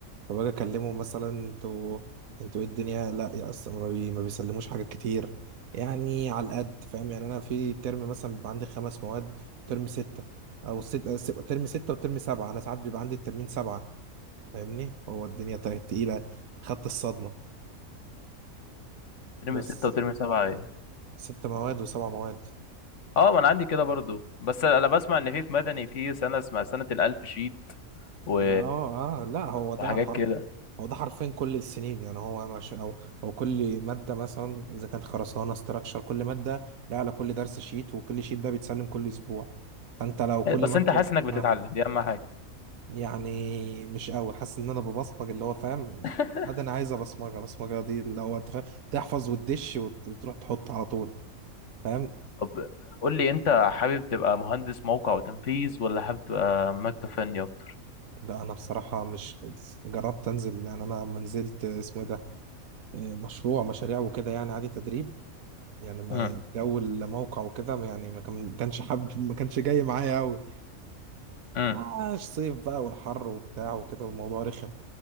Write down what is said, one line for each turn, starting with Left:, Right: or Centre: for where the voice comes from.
Right: فباجي اكلمهم مثلا انتوا انتوا ايه الدنيا لا يا اصلا ما, بي... ما بيسلموش حاجات كتير يعني على القد فاهم يعني انا في ترم مثلا بيبقى عندي خمس مواد ترم ستة او ست... س- ترم ستة وترم سبعة انا ساعات بيبقى عندي الترمين سبعة فاهمني هو الدنيا طيب تقيلة خدت الصدمة
Left: ترم
Right: بس
Left: ستة وترم سبعة ايه
Right: ست مواد وسبع مواد
Left: اه ما انا عندي كده برضو بس انا بسمع ان في في مدني في سنة اسمها سنة الألف شيت و...
Right: اه اه لا هو ده
Left: وحاجات
Right: حرف
Left: كده
Right: هو ده حرفين كل السنين يعني هو مش او او كل ماده مثلا اذا كانت خرسانه استراكشر كل ماده لها على كل درس شيت وكل شيت ده بيتسلم كل اسبوع فانت لو كل
Left: بس
Right: ماده
Left: انت حاسس انك بتتعلم
Right: اه
Left: دي اهم حاجة
Right: يعني مش قوي حاسس ان انا ببصمج اللي هو فاهم
Left: <laughs>
Right: ماده انا عايزه بصمجه بصمجه دي اللي هو انت فاهم تحفظ وتدش وت- وتروح تحط على طول فاهم
Left: طب قول لي انت حابب تبقى مهندس موقع وتنفيذ ولا حابب تبقى مكتب فني اكتر
Right: لا انا بصراحه مش جربت انزل يعني انا لما نزلت اسمه إيه ده آه، مشروع مشاريع وكده يعني عادي تدريب يعني ما
Left: امم
Right: الجو الموقع وكده ما- يعني ما كان ما كانش حابب ما كانش جاي معايا قوي
Left: امم
Right: اه الصيف بقى والحر وبتاع وكده والموضوع رخم